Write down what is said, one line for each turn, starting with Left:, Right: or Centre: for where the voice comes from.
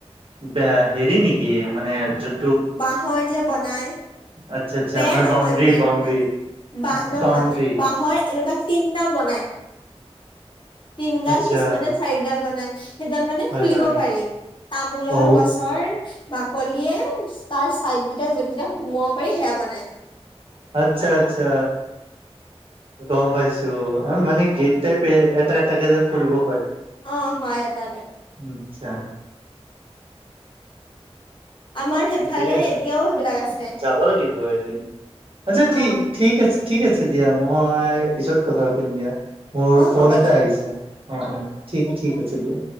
Right: দা হেৰি নেকি মানে যোন
Left: বাহৰ যে বনাই।
Right: আচ্ছা আচ্ছা
Left: বেৰ
Right: মানে
Left: নহয়
Right: বাউণ্ডৰী
Left: বেৰ
Right: বাউণ্ডৰী
Left: নহয়। বাঁহ নহয়,
Right: বাউণ্ডৰী
Left: বাঁহৰ এনেকুৱা তিনডাল বনাই। তিনডাল
Right: আচ্ছা
Left: কিছুমানে চাৰিডাল বনাই। সেইডাল মানে
Right: হয়
Left: খুলিব
Right: হয়
Left: পাৰি। তামোলৰ
Right: অ
Left: গছৰ বাকলিয়ে তাৰ চাইড কেইটা যোনকেইটা সোমাব পাৰি সেয়া বনায়।
Right: আচ্ছা আচ্ছা, গম পাইছো আৰু মানে গেট টাইপ পে এটা এটাকে যে এটা এটাকে খুলিব পাৰি।
Left: অ, হয়। এটা এটাকে।
Right: আচ্ছা।
Left: আমাৰ সেইফালে
Right: ঠিকে আছে,
Left: এতিয়াও সেইবিলাক আছে
Right: যাব লাগিব এদিন। আচ্ছা
Left: অ
Right: ঠি ঠিক আছে। ঠিক আছে দিয়া। মই পিছত কথা পাতিম দিয়া। মোৰ
Left: অ
Right: ফোন
Left: হ'ব
Right: এটা
Left: দিয়া
Right: আহিছে। অ অ, ঠিক ঠিক আছে দিয়া।